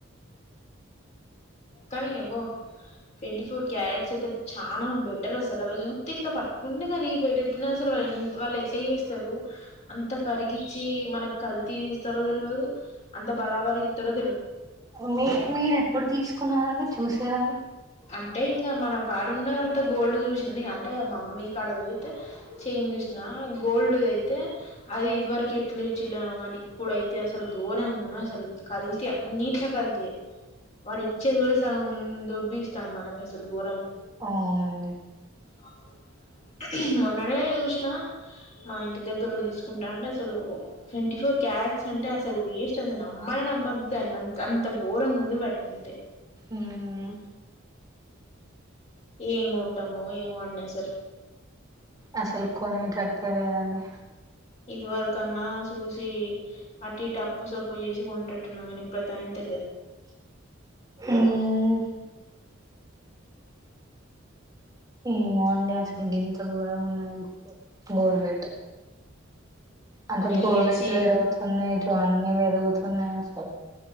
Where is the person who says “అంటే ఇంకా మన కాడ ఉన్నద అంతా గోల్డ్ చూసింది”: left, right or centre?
Left